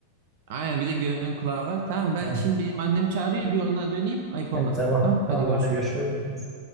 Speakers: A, on the right; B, in the centre.
A: Aynen bir de göğün kulağı var. Tamam ben
B: Ha,
A: şimdi benim annem çağırıyor bir ona döneyim. Ayıp
B: evet,
A: olmasın.
B: tamam.
A: Tamam
B: Tamam
A: hadi görüşürüz.
B: hadi görüşürüz.